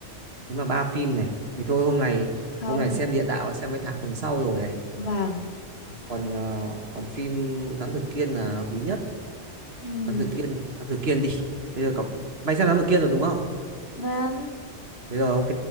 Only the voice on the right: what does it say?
thế mà ba phim này thì thôi hôm nay
hôm nay xem địa đạo là xem mấy tháng tuần sau rồi này
còn ờ, còn phim Thám Tử Kiên là hợp lý nhất
Thám Tử Kiên Thám Tử Kiên đi thế rồi cậu mày xem Thám Tử Kiên rồi đúng không
thế rồi ok